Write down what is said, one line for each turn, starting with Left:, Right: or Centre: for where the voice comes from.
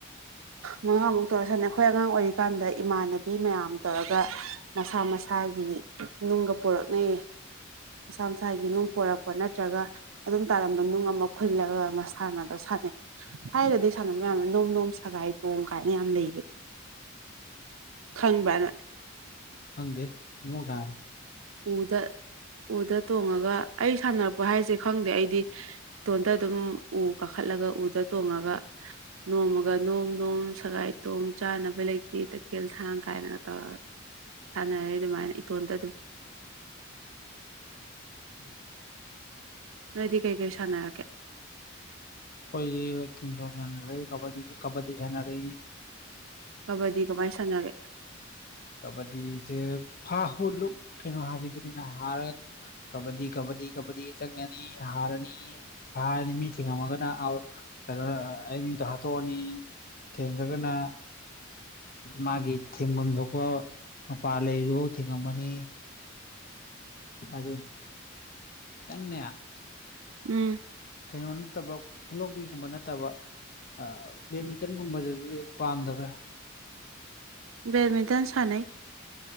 Right: ꯃꯪꯉꯥꯃꯨꯛ ꯇꯧꯔ ꯁꯥꯟꯅꯩ ꯑꯩꯈꯣꯏ ꯑꯉꯥꯡ ꯑꯣꯏꯔꯤꯀꯥꯟꯗ ꯏꯃꯥꯟꯅꯕꯤ ꯃꯌꯥꯝ ꯇꯧꯔꯒ ꯃꯁꯥ ꯃꯁꯥꯒꯤ ꯅꯨꯡꯒ ꯄꯨꯔꯛꯅꯩꯌꯦ ꯃꯁꯥ ꯃꯁꯥꯒꯤ ꯅꯨꯡ ꯄꯨꯔꯛꯄ ꯅꯠꯇ꯭ꯔꯒ ꯑꯗꯨꯝ ꯇꯥꯔꯝꯕ ꯅꯨꯡ ꯑꯃ ꯈꯨꯜꯂꯒ ꯃꯁꯥꯟꯅꯗꫭ ꯁꯥꯟꯅꯩ ꯊꯥꯏꯅꯗꯤ ꯁꯥꯟꯅꯕ ꯃꯌꯥꯝꯅ ꯅꯣꯝ ꯅꯣꯝ ꯁꯒꯥꯏ ꯇꯣꯡ ꯀꯥꯏꯅ ꯌꯥꯝ ꯂꯩꯕꯅꯤ ꯈꯪꯕ꯭ꯔꯅꯪ
Left: ꯈꯪꯗꯦ ꯑꯃꯨꯕꯨꯛ ꯁꯥꯥꯟꯅꯗꯔꯤ
Right: ꯎꯗ ꯎꯗ ꯇꯣꯡꯉꯒ ꯑꯩ ꯁꯥꯟꯅꯕꯔꯛꯄ ꯍꯥꯏꯖꯦ ꯈꯪꯗꯦ ꯑꯩꯗꯤ ꯏꯇꯣꯟꯗ ꯑꯗꯨꯝ ꯎ ꯀꯥꯈꯠꯂꯒ ꯎꯗ ꯇꯣꯡꯉꯒ ꯅꯣꯝꯃꯒ ꯅꯣꯝ ꯅꯣꯝ ꯁꯒꯥꯏ ꯇꯣꯝ ꯆꯥꯅꯕ ꯂꯩꯇꯦ ꯇꯈꯦꯜ ꯊꯥꯡ ꯀꯥꯏꯅꯒ ꯇꯧꯔꯒ ꯁꯥꯟꯅꯔꯦ ꯑꯗꯨꯃꯥꯏꯅ ꯏꯇꯣꯟꯗ ꯑꯗꯨꯝ
Left: UNINTELLIGIBLE
Right: ꯅꯣꯏꯗꯤ ꯀꯩ ꯀꯩ ꯁꯥꯟꯅꯔꯛꯀꯦ
Left: ꯈꯣꯢꯗꯤ ꯊꯤꯟ ꯀꯥꯟ ꯃꯌꯥꯝ ꯂꫭꯏ ꯀꯕꯗꯤꯁꯨ ꯀꯕꯗꯤ ꯁꯥꯟꯅꯔꯩ
Right: ꯀꯕꯗꯤ ꯀꯃꯥꯏꯅ ꯁꯥꯟꯅꯒꯦ
Left: ꯀꯕꯗꯤ ꯐ ꯍ ꯂꯨꯛ ꯀꯩꯅꯣ ꯍꯥꯕꯤꯗꯨꯃꯤꯅꯦ ꯍꯥꯔ ꯀꯕꯗꯤ ꯀꯕꯗꯤ ꯀꯕꯗꯤ ꯆꯪꯌꯥꯅꯤ ꯍꯔꯅꯤ ꯐꯔꯅꯤ ꯃꯤ ꯊꯤꯡꯉꯝꯃꯒꯅ ꯑꯥꯎ ꯅꯣ ꯑꯩ ꯃꯤꯗꯣ ꯍꯥꯠꯇꯣꯛꯑꯅꯤ ꯊꯦꯡꯉꯝꯗ꯭ꯔꯒꯅ ꯃꯥꯒꯤ ꯊꯦꯡꯐꯝꯗꯣ ꯃꯄꯥꯥꯟ ꯂꯩꯔꯤꯗꯨꯐꯥꯎ ꯊꯤꯡꯉꯝꯃꯅꯤ ꯑꯗꯨꯅꯤ ꯅꯪꯅꯦ
Right: ꯎꯝ
Left: ꯀꯩꯅꯣ ꯅꯠꯇꯕ ꯈꯨꯂꯧꯕꯤꯒꯨꯝꯕ ꯅꯠꯇꯕ ꯑ ꯕꯦꯠꯃꯤꯟꯇꯟꯒꯨꯝꯕꯗꯗꯤ ꯄꯥꯝꯗꯕ꯭ꯔꯥ
Right: ꯕꯦꯠꯃꯤꯟꯇꯟ ꯁꯅꯩ